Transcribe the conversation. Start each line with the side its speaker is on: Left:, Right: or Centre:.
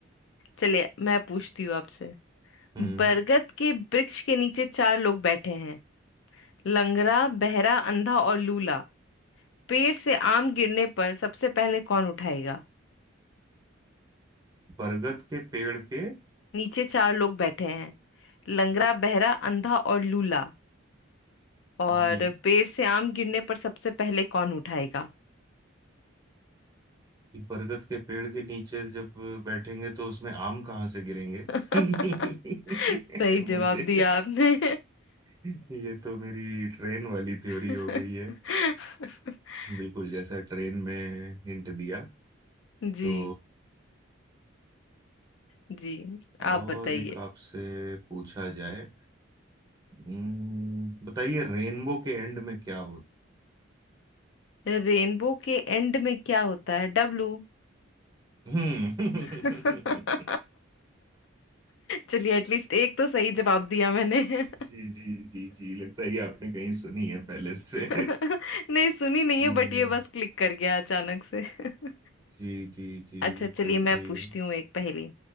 Left: चलिए मैं पूछती हूँ आपसे
Right: हम्म
Left: बरगद के वृक्ष के नीचे चार लोग बैठे हैं लंगड़ा बहरा अंधा और लूला पेड़ से आम गिरने पर सबसे पहले कौन उठाएगा
Right: बरगद के पेड़ के
Left: नीचे चार लोग बैठे हैं लंगड़ा बहरा अंधा और लूला और
Right: जी
Left: पेड़ से आम गिरने पर सबसे पहले कौन उठाएगा
Right: बरगद के पेड़ के नीचे जब बैठेंगे तो उसमें आम कहाँ से गिरेंगे
Left: <laughs>
Right: <laughs>
Left: सही
Right: मुझे
Left: जवाब दिया आपने
Right: ये तो मेरी ट्रेन वाली थ्योरी
Left: <laughs>
Right: हो गई है बिल्कुल जैसा ट्रेन में हिंट दिया
Left: जी
Right: तो
Left: जी आप
Right: और
Left: बताइए
Right: एक आपसे पूछा जाए हम्म, बताइए रेनबो के एंड में क्या होता
Left: रेनबो के एंड में क्या होता है डब्लू
Right: हम्म
Left: <laughs>
Right: <laughs>
Left: चलिए एटलीस्ट एक तो सही जवाब दिया मैंने <laughs>
Right: जी जी जी जी लगता है ये आपने कहीं सुनी है पहले से
Left: नहीं सुनी नहीं
Right: हम्म,
Left: है बट ये बस क्लिक कर गया अचानक से <laughs>
Right: जी जी जी
Left: अच्छा
Right: बिल्कुल
Left: चलिए मैं
Right: सही
Left: पूछती
Right: है
Left: हूँ एक पहेली